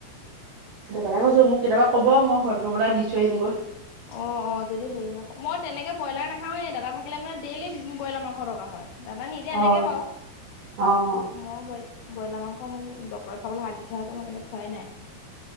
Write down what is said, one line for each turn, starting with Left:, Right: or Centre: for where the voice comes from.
Right: সেইটো কাৰণে কৈছো মোক কেতিয়াবা ক'ব মই ঘৰ গৈ পেলাই দিথৈ আহিমগৈ।
Left: অ' অ' যদি হেৰি হওক মই তেনেকে বইলাৰ নেখাওঁয়ে দাদা থাকিলে মানে ডেইলি বইলাৰ মাংস এশ টকা হয়। দাদা নিজে আনেগে
Right: অ',
Left: বাৰু।
Right: অ',
Left: মই বইল ব্ৰইলাৰ মাংস মোক ডক্টৰে খাবলে হাক দি থোৱা আছে মই সেইকাৰণে খোৱাই নাই।